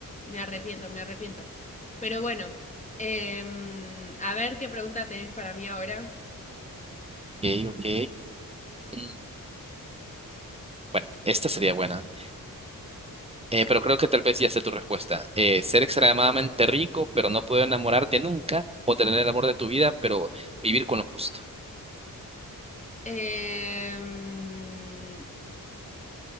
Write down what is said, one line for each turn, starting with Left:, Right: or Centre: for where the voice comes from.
Left: Me arrepiento, me arrepiento. Pero bueno, em, a ver qué pregunta tenés para mí ahora.
Right: Ok, ok. Mm, Bueno, esta sería buena. Eh, pero creo que tal vez ya sé tu respuesta. Eh, ser extremadamente rico, pero no poder enamorarte nunca, o tener el amor de tu vida, pero vivir con lo justo.
Left: Em,